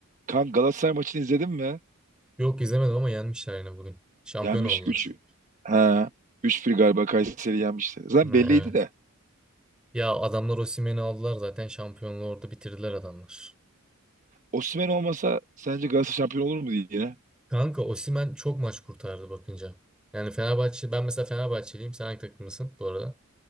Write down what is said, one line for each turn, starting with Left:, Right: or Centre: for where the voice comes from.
Right: Kan Galatasaray maçını izledin mi?
Centre: Yok izlemedim ama yenmişler yine bugün. Şampiyon
Right: Yenmiş
Centre: oldular.
Right: 3, Ha, üç bir galiba Kayseri yenmişti. Zaten
Centre: Evet.
Right: belliydi de.
Centre: Ya adamlar Osimhen'i aldılar zaten şampiyonluğu orada bitirdiler adamlar.
Right: Osimhen olmasa sence Galatasaray şampiyon olur mu diye yine?
Centre: Kanka Osimhen çok maç kurtardı bakınca. Yani Fenerbahçe ben mesela Fenerbahçeliyim. Sen hangi takımlısın bu arada?